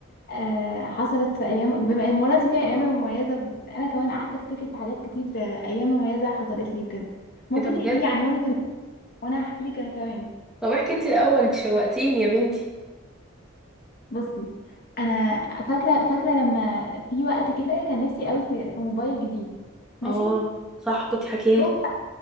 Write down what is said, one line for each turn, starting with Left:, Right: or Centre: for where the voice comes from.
Left: آه حصلت في ايام بما- بمناسبة يعني الايام المميزة ب- انا كمان قعدت افتكر في حاجات كتير آه، ايام مميزة حصلت لي وكده ممكن
Centre: ايه ده بجد
Left: تحكي لي عن يومك ال- وانا هحكي لك انا كمان
Centre: طب احكي انت الاول انت شوقتيني يا بنتي
Left: بصي انا فاكرة فاكرة لما في وقت كده كان نفسي قوي في في موبايل جديد ماشي
Centre: اه صح كنت حكيالي
Left: بقول-